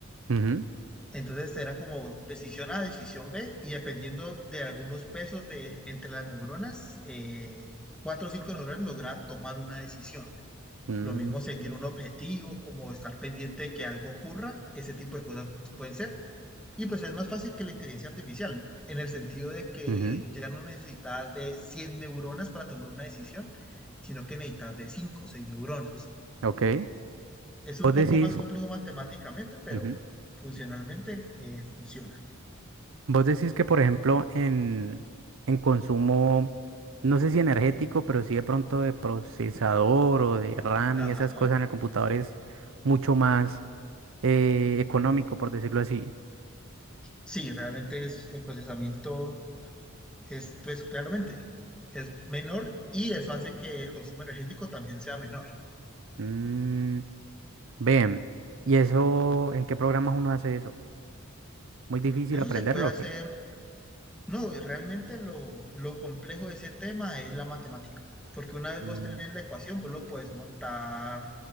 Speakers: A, on the right; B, in the centre.
A: ujú,
B: Entonces era como decisión A, decisión B, y dependiendo de algunos pesos de, entre las neuronas, eh, cuatro o cinco neuronas lograban tomar una decisión.
A: mm,
B: Lo mismo seguir un objetivo, como estar pendiente de que algo ocurra, ese tipo de cosas pueden ser. Y pues es más fácil que la inteligencia artificial, en el sentido de que
A: ujú,
B: ya no necesitas de 100 neuronas para tomar una decisión, sino que necesitas de 5, o 6 neuronas.
A: ok.
B: Es un
A: Vos
B: poco
A: decís...
B: más complejo matemáticamente, pero
A: ujú,
B: funcionalmente eh, funciona.
A: Vos decís que, por ejemplo, en, en consumo, no sé si energético, pero sí de pronto de procesador o de RAM
B: Ajá.
A: y esas cosas en el computador es mucho más eh, económico, por decirlo así.
B: Sí, realmente es el procesamiento es, pues claramente es menor y eso hace que el consumo energético también sea menor.
A: Mm, ven, ¿y eso en qué programas uno hace eso? ¿Muy difícil
B: Eso
A: aprenderlo
B: se puede hacer,
A: o qué?
B: no, eh, realmente lo, lo complejo de ese tema es la matemática, porque una vez
A: Mm,
B: vos tenés la ecuación, vos lo puedes montar